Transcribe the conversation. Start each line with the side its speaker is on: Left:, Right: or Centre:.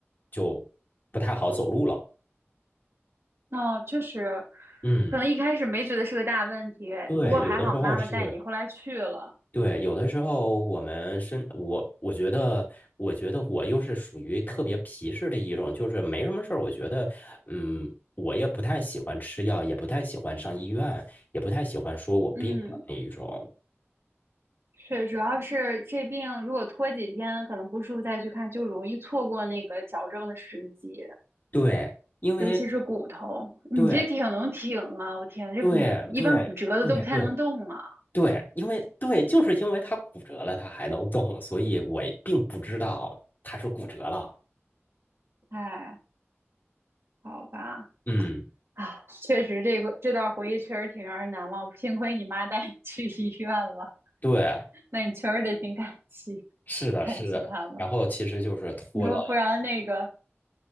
Left: 就不太好走路了。
Right: 哦，确实，
Left: 嗯，
Right: 可能一开始没觉得是个大问题，
Left: 对，
Right: 不过还好妈妈带你后来去了。
Left: 有的时候是。对，有的时候我们身我我觉得，我觉得我又是属于特别皮实的一种，就是没什么事儿。我觉得，嗯，我也不太喜欢吃药，也不太喜欢上医院，也不太喜欢说我病了那一种。
Right: 嗯，是，主要是这病如果拖几天，可能不舒服再去看，就容易错过那个矫正的时机，
Left: 对，因为
Right: 尤其是骨头。你这挺能挺啊，
Left: 对
Right: 我天，这骨一般骨折的都不太能动啊。
Left: 对对对对对，因为对，就是因为他骨折了，他还能动，所以我并不知道他是骨折了。
Right: 哎，好吧。
Left: 嗯，
Right: 啊，确实，这个这段回忆确实挺让人难忘。幸亏你妈带你去医院了，
Left: 对，
Right: 那你确实得挺感激，
Left: 是的，
Right: 感激他们。
Left: 是的。然后其实就是拖了。
Right: 你说不然那个